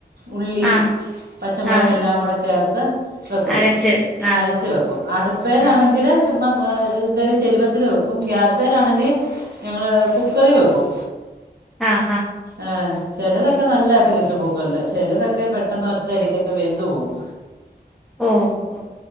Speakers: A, on the right (about 65°); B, in the centre.
A: ഉള്ളി
B: ആഹ്
A: പച്ചമുളകെല്ലാം
B: ആഹ്
A: കൂടെ ചേർ <unintelligible> വെക്കും
B: അരച്ച് ആഹ്
A: അരച്ച് വെക്കും അടുപ്പേലാണെങ്കിൽ
B: ആഹ്
A: ചുമ്മാ ആ ഹ് എന്തേലും ചെരുവത്തിൽ വെക്കും ഗ്യാസെലാണെങ്കി ഞങ്ങൾ കുക്കറി വെക്കും
B: ആ ആ
A: ആ ചിലതൊക്കെ നല്ലാട്ട് കിട്ടും കുക്കറിൽ ചിലതൊക്കെ പെട്ടെന്ന് ഒറ്റയടിക്കൊക്കെ വെന്ത് പോകും
B: ഓ ഓ